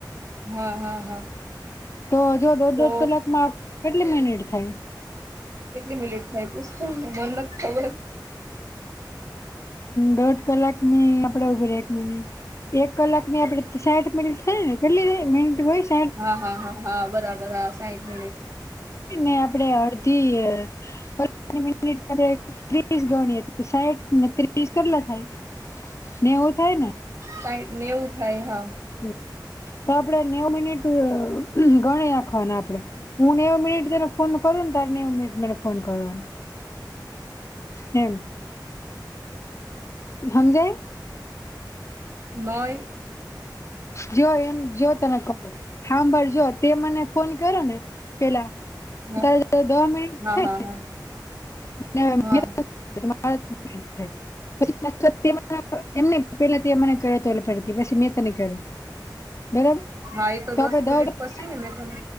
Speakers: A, on the right (about 40°); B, on the left (about 40°).
A: હા, હા, હા.
B: તો જો દોઢ-દોઢ
A: તો
B: કલાકમાં કેટલી મિનિટ થાય?
A: કેટલી મિનિટ થાય? પૂછ તો મન નથ ખબર.
B: દોઢ કલાક ની આપડે ઉભી રહે એક મિનિટ એક કલાક ની આપડે ત સાઈઠ મિનિટ થઈ ને કેટલી દેઈ, મિનિટ હોય છ
A: હા, હા, હા, હા બરાબર, હા, સાઈઠ મિનિટ.
B: ઈ ને આપડે અડધી અહ <unintelligible> આપણે ત્રીસ ગણીએ, તો સાઈઠ ને ત્રીસ કેટલા થાય? નેવું થાય ને?
A: સાઈઠ નેવું થાય, હા.
B: હમ્મ તો આપડે નેવુ મિનિટ આ ગણી રાખવાના આપડે. હું નેવું મિનિટ તન ફોન કરું ને, તારે નેવું મિનિટ મને ફોન કરવાનો. એમ? હમજાય?
A: નહીં.
B: જેવો એમ જેવો તને કો હાંભર જો તે મને ફોન કરો ને પેલા
A: હા
B: તારે દહ મિનિટ
A: હા
B: થઈને
A: હા હા
B: ને
A: હા
B: <unintelligible> થઈ. પછી પેલા <unintelligible> એમને પહેલા તે મને કરે તો <unintelligible> પછી મેં તને કાયરું. બરાબર.
A: હા એ તો દસ
B: આપડે
A: મિનિટ
B: દહ
A: પછી ને તને